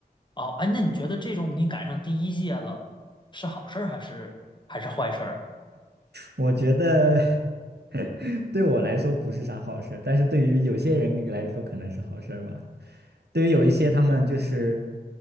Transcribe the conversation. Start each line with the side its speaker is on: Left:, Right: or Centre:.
Left: 哦，哎，那你觉得这种你赶上第一届了，是好事儿还是还是坏事儿啊？
Right: 我觉得 <laughs> 对我来说不是啥好事儿，但是对于有些人来说可能是好事儿吧，对于有一些他们就是